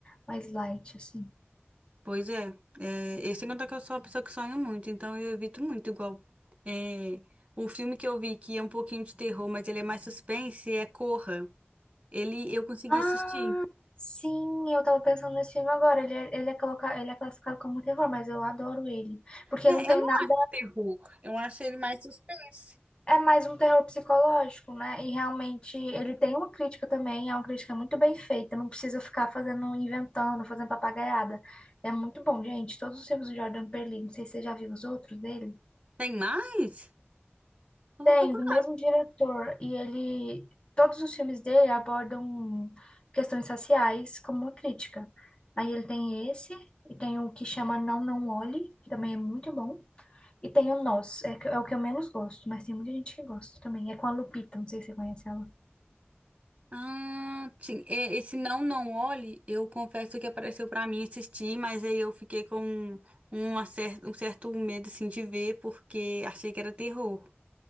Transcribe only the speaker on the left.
mais light, assim.
Ah,
sim, eu tava pensando nesse filme agora. Ele é, ele é, coloca... ele é classificado como um terror, mas eu adoro ele. Porque
não tem
nada.
É, é mais um terror psicológico, né? E realmente ele tem uma crítica também, é uma crítica muito bem feita. Não precisa ficar fazendo, inventando, fazendo papagaiada. É muito bom, gente. Todos os filmes do Jordan Peele, não sei se você já viu os outros dele.
Tem,
do mesmo diretor, e ele, todos os filmes dele abordam questões raciais como uma crítica. Aí ele tem esse, e tem o que chama Não, Não Olhe, que também é muito bom, e tem o Nós, é, que- é o que eu menos gosto, mas tem muita gente que gosta também. É com a Lupita, não sei se você conhece ela.